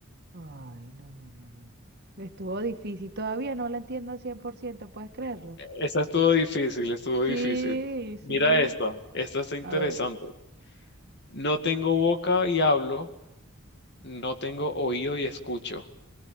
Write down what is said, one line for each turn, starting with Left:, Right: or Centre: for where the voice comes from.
Right: Ay, no, no, no, no. Estuvo difícil. Todavía no la entiendo al 100%. ¿puedes creerlo?
Left: Esa estuvo difícil, estuvo
Right: Sí,
Left: difícil.
Right: sí.
Left: Mira esta, esta está interesante.
Right: A ver,
Left: No tengo boca y hablo. No tengo oído y escucho.